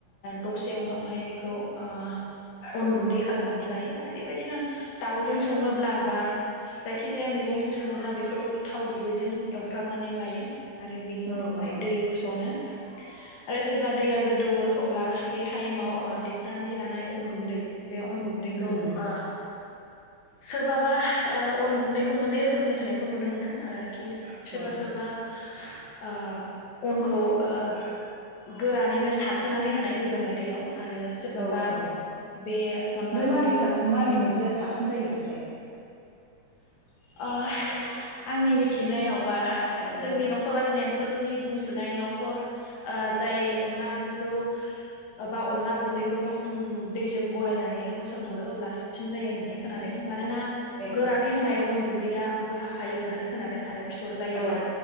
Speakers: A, on the left; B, on the right.
A: दसे उनावहाय बेखौ ओ अन गुन्दै खालामनानै लायो आरो बेबायदिनो दाउजों सङोब्ला बा जायखिजाया मैगंजों सङोब्ला बेखौ थाव गुबैजों एवफ्रामनानै लायो आरो बेनि
B: औ
A: उनावहाय
B: औ
A: दै होस'नो आरो जेब्ला दैया गोदौवो अब्ला बे टाइमाव अ देखानानै लानाय अन गुन्दै बे अन गुन्दैखौ
B: उम
A: ओ सोरबाबा अन गुन्दैखौ मोननै रोखोमनि होनायखौ नुनो मोनदों कि सोरबा
B: औ
A: सोरबा ओ अनखौ ओ गोरानैनो सारसोनानै होनाय गोदौनाय दैयाव आरो सोरबाबा
B: औ औ
A: बे अनला
B: ब
A: गुन्दैखौ
B: माबे साबसि माबे मोनसेया साबसिन जायो ओमफ्राय
A: <inaudible> आंनि मिथिनायाव बाहा
B: औ
A: जोंनि न'खर बा जोंनि ओनसोलनि बुंसो सोलनायावथ' जाय अनला ओंख्रिखौ बा अनला गुन्दैखौ उम दैजों गलायनानै होसन हरो अब्ला साबसिन जायो होननानै खोनादों मानोना
B: ए
A: गोरानै होनाय अन गैया गथा खायो होननानै खोनादों आरो फि फिथर जायोब्ला
B: औ